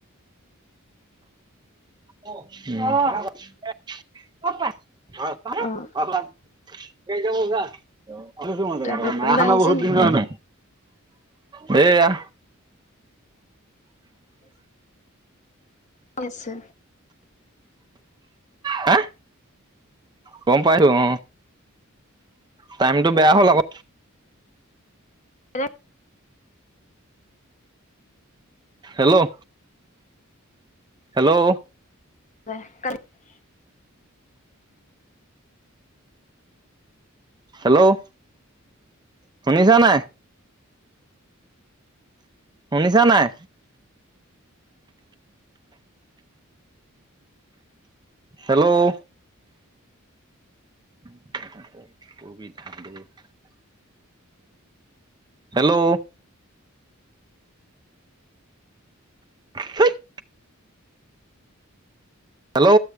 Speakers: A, on the right; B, on the left.
A: অ কৰপৰা? অ <unintelligible>
B: অ',
A: কেইটা বজাত? আছো <unintelligible>
B: তাকে কোনোবা
A: মাই খানা
B: আহিছে
A: বহুত
B: নি?
A: দিন হয় ন সেইয়া
B: হৈছে।
A: হা গম পাইছো। অ। টাইমটো বেয়া হ'ল আকৌ।
B: এ
A: হেল্ল' হেল্ল'
B: <unintelligible>
A: হেল্ল' শুনিছা নাই? শুনিছা নাই? হেল্ল' <unintelligible> হেল্ল' ধুইত হেল্ল'